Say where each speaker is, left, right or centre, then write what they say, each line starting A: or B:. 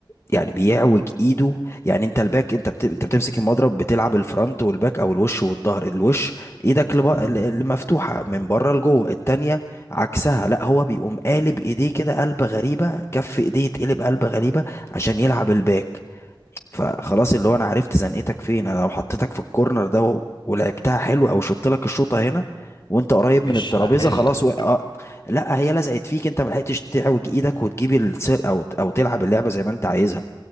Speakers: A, on the left; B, on the left.
A: يعني بيعوج ايده يعني انت الباك انت بت... انت بتمسك المضرب بتلعب الفرونت والباك او الوش والظهر الوش ايدك لب... ال- ال- مفتوحه من بره لجوه التانية عكسها لا هو بيقوم قالب ايديه كده قلبه غريبه كف ايديه يتقلب قلبه غريبه عشان يلعب الباك فخلاص اللي هو انا عرفت زنقتك فين انا لو حطيتك في الكورنر ده و... ولعبتها حلو او شطت لك الشوطه هنا وانت قريب
B: فمش
A: من الترابيزه
B: هحل
A: خلاص
B: لك.
A: و... آه. لا هي لزقت فيك انت ما لحقتش تعوج ايدك وتجيب السير او او تلعب اللعبه زي ما انت عايزها